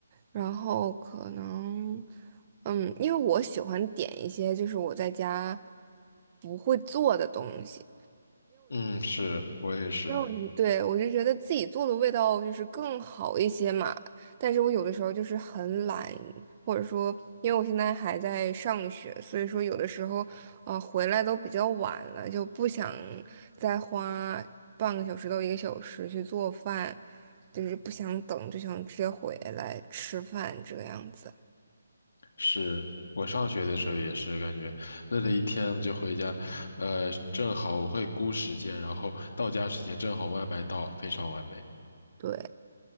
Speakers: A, on the right (about 20°); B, on the left (about 65°).
A: 然后可能，嗯，因为我喜欢点一些就是我在家不会做的东西。
B: 嗯，是，我也是。
A: 因为我就对，我就觉得自己做的味道就是更好一些嘛，但是我有的时候就是很懒，或者说因为我现在还在上学，所以说有的时候啊、呃回来都比较晚了，就不想再花半个小时到一个小时去做饭，就是不想等，就想直接回来吃饭这个样子。
B: 是我上学的时候也是感觉累了一天就回家，呃，正好我会估时间，然后到家时间正好外卖到，非常完美。
A: 对，